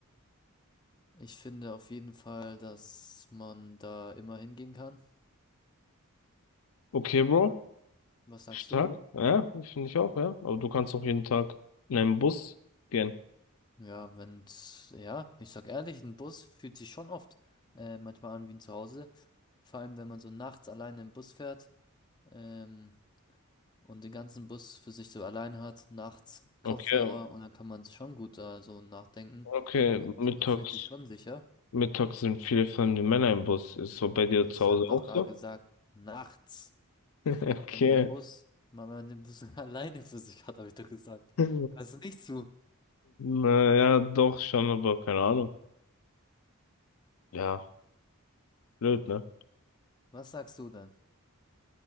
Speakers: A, on the left; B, on the left.
A: ich finde auf jeden Fall, dass man da immer hingehen kann.
B: Okay, Bro.
A: Ja. Was sagst
B: Stark.
A: du?
B: Ja, finde ich auch, ja. Aber du kannst auch jeden Tag in einen Bus gehen.
A: Ja, wenn's, ja, ich sag ehrlich, ein Bus fühlt sich schon oft äh, manchmal an wie ein Zuhause. Vor allem, wenn man so nachts alleine im Bus fährt. Ähm, und den ganzen Bus für sich so alleine hat, nachts Kopfhörer
B: Okay,
A: und dann kann man sich schon gut da so nachdenken
B: okay.
A: und
B: Mittags,
A: man fühlt sich schon sicher.
B: mittags sind viele fremde Männer im Bus. Ist so bei dir
A: Ich
B: zu Hause
A: habe doch
B: auch
A: gerade
B: so?
A: gesagt, nachts,
B: Okay.
A: wenn der Bus, wenn man den Bus <laughs> alleine für sich hat, habe ich doch gesagt.
B: <laughs>
A: Hörst du nicht zu?
B: Na ja, doch schon, aber keine Ahnung. Ja, blöd, ne?
A: Was sagst du denn?